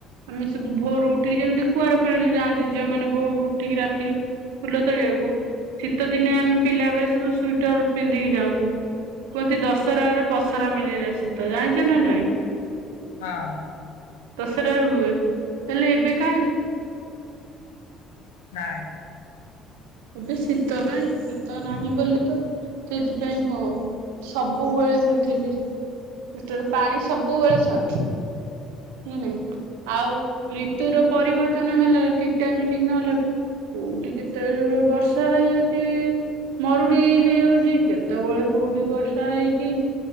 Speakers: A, on the right; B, on the left.
A: ଆମେ ସବୁ ଭୋରୁ ଉଠିକି ଯେମିତି କୁଆଁର ପୂର୍ଣିମା ରେ ସବୁ ଝିଅ ମାନେ ଯାନ୍ତି ଭୋରୁ ଉଠିକି ରାତିକୁରୁ ଫୁଲ ତଳିଆକୁ। ଶୀତ ଦିନେ ଆମେ ପିଲା ବେଳେ ସବୁ ସୁଇଟର ପିନ୍ଧିକି ଯାଉଁ। କୁହନ୍ତି ଦଶରାରେ ପସରା ମିଳିଲା ଶୀତ। ଜାଣିଛ ନା ନାଇଁ?
B: ହଁ।
A: ଦଶରାରେ ହୁଏ। ହେଲେ ଏବେ କାଇଁ।
B: ନାଇଁ।
A: ଏବେ ଶୀତ କାଇଁ? ଶୀତ ନାହିଁ ବୋଲି ତ ସେଇଥିପାଇଁ ଗ ସବୁବେଳେ ପୃଥିବୀ ପୃଷ୍ଟାରେ ପାଣି ସବୁବେଳେ ସଟ୍।
B: ହଁ
A: ନା ନା। ଆଉ ରିତୁୁର ପରିବର୍ତ୍ତନ ହେଲା ଠିକ୍ ଟାଇମ୍ ରେ ଠିକ୍ ନହେଲେ ବି କୋଉଠି କେତେବେଳେ ବର୍ଷା ହେଇଯାଉଛି ମରୁଡି ହେଇଯାଉଛି କେତେବେଳେ କୋଉଠି ବର୍ଷା ହେଇକି